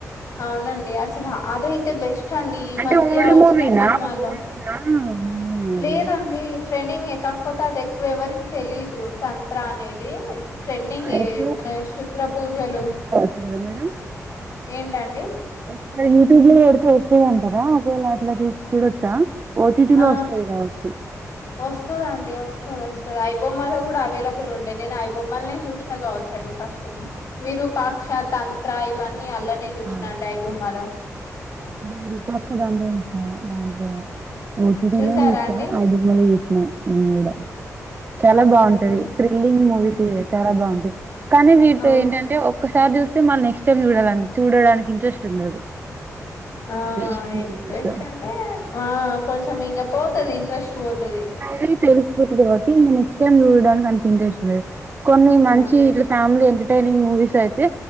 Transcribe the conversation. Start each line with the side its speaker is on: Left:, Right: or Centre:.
Left: ఔనండి అసలా అదైతే బేస్ స్ట్ అండి ఈ
Right: అంటే
Left: మధ్య
Right: ఓల్డ్
Left: ఒచ్చిన
Right: మూవీనా
Left: సినిమాల్లో
Right: ఓల్డ్ దా అవును అది
Left: లేదండి ట్రెండింగే కాక్పోతే అది ఎక్కువ ఎవ్వర్కీ తెలీదు తంత్ర అనేది ట్రెండింగే
Right: అయితే
Left: ఎ శుద్ర పూజలు
Right: గద మేడం
Left: ఏంటండి
Right: ఒక్కసారి యూట్యూబ్లో కొడి అే అంటారా ఒకవేళ అట్లా చూస్ చూడొచ్చా ఓటీటీలో
Left: ఆ
Right: వస్తది కావచ్చు
Left: ఒస్తదండి ఒస్తది ఓస్ తది ఐ బొమ్మలో కూడా అవైలబుల్ ఉండే నేను ఐ బొమ్మల చూస్నా కావొచ్చండి ఫస్ట్ విరూపా క్ష తంత్ర ఇవన్నీ అల్లనే చూష్ణ
Right: ఆ,
Left: అండి ఐబొమ్మలో
Right: విరూపాక్ష డౌన్లోడ్ జేష్నా దాంట్లో ఓ టి టిలో
Left: చూసారా
Right: చూసా
Left: అండి
Right: ఐ బొమ్మలో చుస్నా నేను గూడా చాలా
Left: అవునా
Right: బాగుంటది థ్రిల్లింగ్ మూవీస్ చాలా బాగుంటాయి కానీ వీట్తో
Left: అవును
Right: ఏంటంటే ఒక సారి చూస్తే మల్ నెక్స్ట్ టైం చూడా చూడడానికి ఇంట్రెస్ట్ ఉండదు
Left: ఆ
Right: ఈ
Left: ఇంట్రెస్ట్
Right: మూవీస్
Left: అంటే ఆ కొంచెం ఇంకా పోతది ఇంట్రెస్ట్ పోతది
Right: అదీ పెరుగు తది గావట్టి నెక్స్ట్ టైమ్ చూడడాన్కీ అంత ఇంట్రెస్ట్ లేదు కొన్ని
Left: ఆ
Right: మంచి ఇట్లా ఫ్యామిలీ ఎం టైనింగ్ మూవీసైతే